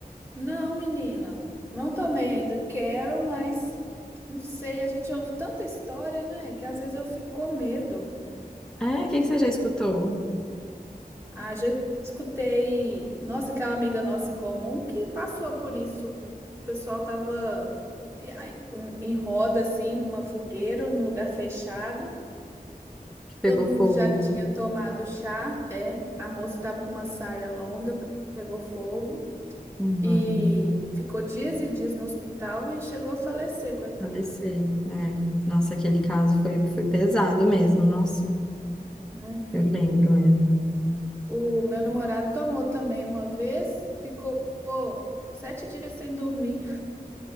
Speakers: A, on the right; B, in the centre.
A: não, menina, não tomei ainda. Quero, mas não sei. A gente ouve tanta história, né? Que às vezes eu fico com medo.
B: É, o que que você já escutou?
A: Ah, já escutei, nossa, aquela amiga nossa em comum que passou por isso. O pessoal tava eh, em roda, assim, numa fogueira, num lugar fechado.
B: Que pegou
A: Todo mundo
B: fogo.
A: já tinha tomado chá. É, a moça estava com uma saia longa, pegou fogo.
B: Uhum.
A: E ficou dias e dias no hospital e chegou a falecer, coitado,
B: ADC. É. Nossa, aquele caso foi, foi pesado mesmo. Nossa,
A: né?
B: eu lembro mesmo.
A: O meu namorado tomou também uma vez, ficou sete dias sem dormir.